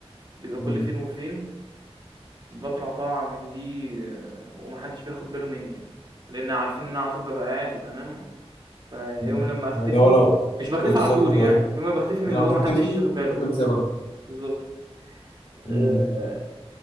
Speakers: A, on the right; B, on the left.
A: بيبقى كل
B: مم.
A: فين وفين باطلع طالعة من دي آه، وما حدّش بياخد باله منّي يعني، لإن عارفين إن أنا على طول بابقى قاعد وتمام، فيوم
B: مم.
A: لمّا أختفي
B: يعني هو لو
A: مش باختفي
B: بالظبط
A: على طول
B: هو-
A: يعني، يوم ما باختفي من
B: لو
A: اللي هو
B: انت
A: ما
B: بتفي
A: حدّش واخد باله،
B: تدخل سبب
A: بالضبط.
B: مم.
A: آآ